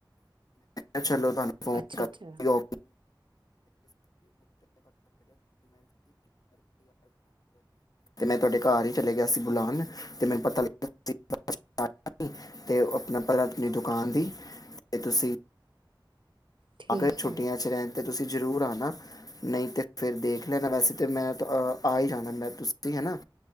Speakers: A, on the left (about 50°); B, on the right (about 80°).
A: ਰ ਚਲੋ ਤੁਾਨੂੰ ਫੋਨ
B: ਅੱਛਾ
A: ਕਰ
B: ਅੱਛਾ
A: ਯ ਮੈਂ ਤੁਹਾਡੇ ਘਰ ਹੀ ਚਲੇ ਗਿਆ ਸੀ ਬੁਲਾਨ ਤੇ ਮੈਨੂੰ ਪਤਾ ਲੱਗਿਆ ਅਤੇ ਉਹ ਆਪਣਾ ਭਲਾ ਆਪਣੀ ਦੁਕਾਨ ਦੀ ਤੇ ਤੁਸੀਂ
B: ਠੀਕ
A: ਅਗਰ
B: ਹੈ
A: ੁੱਟੀਆਂ 'ਚ ਰਹਿਿੰ ਅਤੇ ਤੁਸੀਂ ਜ਼ਰੂਰ ਆਉਣਾ ਨਹੀਂ ਤਾਂ ਫਿਰ ਦੇਖ ਲੈਣਾ ਵੈਸੇ ਤਾਂ ਮੈਂ ਆ ਹੀ ਜਾਣਾ ਤੁਸੀਂ ਹੈ ਨਾ